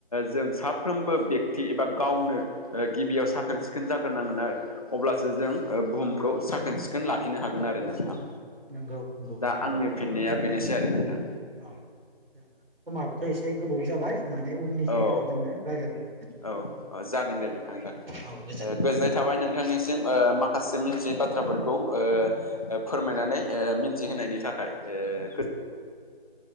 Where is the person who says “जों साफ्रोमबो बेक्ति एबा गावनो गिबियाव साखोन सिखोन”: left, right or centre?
Left